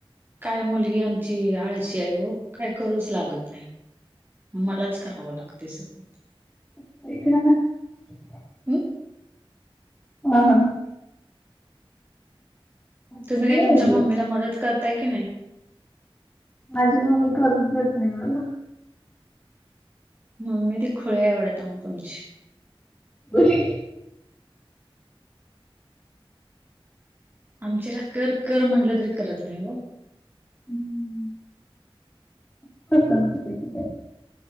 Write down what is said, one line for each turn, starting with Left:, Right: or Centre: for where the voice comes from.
Right: काय मुलगी आमची आळशी आहे हो. काय करूच लागत नाही. मलाच करावं लागतय सगळ.
Left: <unintelligible>
Right: हम
Left: हा हा ओके
Right: तुम्ही काही
Left: म्हटलं
Right: तुमच्या मम्मीला मदत करताय की नाही?
Left: माझी मम्मी खरच देत नाही मला.
Right: मम्मी ती खुली आहे वाट मग तुमची.
Left: बोली
Right: आमच्याला कर कर म्हटलं तरी करत नाही ग.
Left: हम् त <unintelligible>